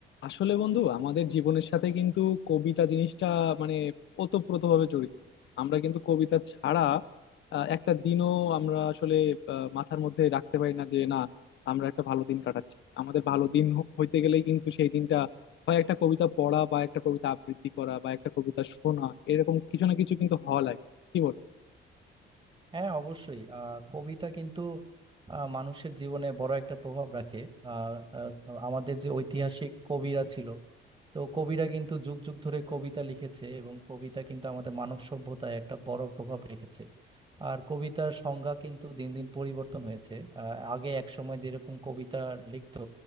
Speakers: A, on the left; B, on the right.
A: আসলে বন্ধু আমাদের জীবনের সাথে কিন্তু কবিতা জিনিসটা মানে ওতপ্রোতভাবে জড়িত আমরা কিন্তু কবিতা ছাড়া আহ, একটা দিনও আমরা আসলে আহ, মাথার মধ্যে রাখতে পারি না যে না আমরা একটা ভালো দিন কাটাচ্ছি আমাদের ভালো দিন হ- হইতে গেলেই কিন্তু সেই দিনটা হয় একটা কবিতা পড়া বা একটা কবিতা আবৃত্তি করা বা একটা কবিতা শোনা এরকম কিছু না কিছু কিন্তু হওয়া লাগে কি বলো
B: হ্যাঁ অবশ্যই আহ, কবিতা কিন্তু আহ, মানুষের জীবনে বড় একটা প্রভাব রাখে আহ, আহ, আমাদের যে ঐতিহাসিক কবিরা ছিল তো কবিরা কিন্তু যুগ যুগ ধরে কবিতা লিখেছে এবং কবিতা কিন্তু আমাদের মানব সভ্যতায় একটা বড় প্রভাব রেখেছে আর কবিতার সংজ্ঞা কিন্তু দিন দিন পরিবর্তন হয়েছে আহ, আগে এক সময় যেরকম কবিতা লিখতো